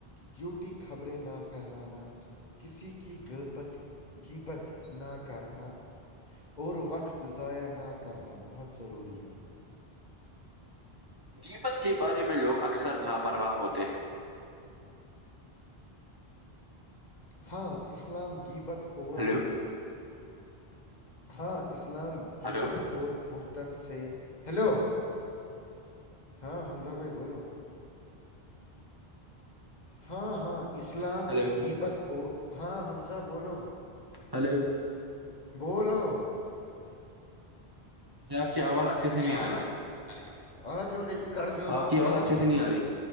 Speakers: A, on the left; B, on the right.
A: جوٹی خبریں نہ پھیلانا کسی کی غربت بت نہ کرنا اور وقت ضائع نہ کرنا بہت ضروری ہے
B: جیپت کے بارے میں لوگ اکثر لاپرواہ ہوتے ہیں
A: ہاں اسلام گیبت اور
B: ہلو
A: ہاں اسلام گبت
B: ہلو
A: اور بت تن سے ہیلو ہاں حمزہ بھائی بولو ہاں ہاں اسلام
B: ہلو
A: جیبت او ہاں حمزہ بولو
B: ہلو
A: بولو
B: ج آپ کی آواز اچھے سے نہیں
A: ااز
B: آ رہی ہے
A: آ ہو رہی کر جو
B: آپ
A: رہا
B: کی
A: ہوں
B: آواز
A: بات
B: اچھے سے نہیں آ رہی